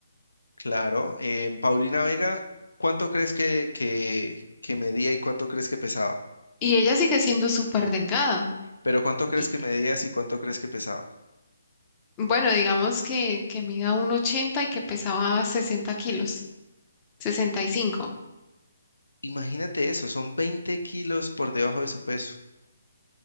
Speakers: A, on the left (about 75°); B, on the left (about 20°).
A: Claro, en Paulina Vega, ¿cuánto crees que, que, que medía y cuánto crees que pesaba?
B: Y ella sigue siendo súper delgada.
A: Pero ¿cuánto crees
B: Y
A: que medías y cuánto crees que pesaba?
B: bueno, digamos que, que mida un ochenta y que pesaba 60 kilos, sesenta y cinco
A: Imagínate eso, son 20 kilos por debajo de su peso.